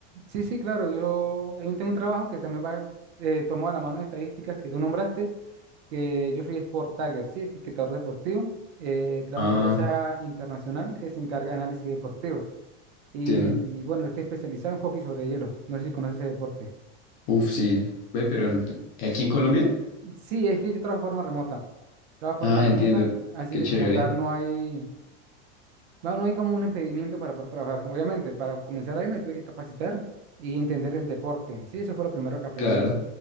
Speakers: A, on the right; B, on the left.
A: Sí, sí, claro. Yo eh, tengo un trabajo que también va eh, tomado a la mano de estadísticas que tú nombraste, que yo soy Sport Tagger, sí, etiquetador deportivo. Eh, trabajo
B: Ah,
A: en una empresa internacional que se encarga de análisis deportivo. Y
B: entiendo.
A: bueno, yo estoy especializado en hockey sobre hielo. No sé si conoces ese deporte.
B: Uf, sí. Ve, pero en- aquí en Colombia.
A: Sí, es que yo trabajo de forma remota. Trabajo de forma
B: Ah,
A: remota,
B: entiendo.
A: así
B: Qué
A: que
B: chévere.
A: como tal no hay, no, no hay como un impedimento para poder trabajar. Obviamente, para comenzar ahí me tuve que capacitar y entender el deporte. Sí, eso fue lo primero que aprendí.
B: Claro.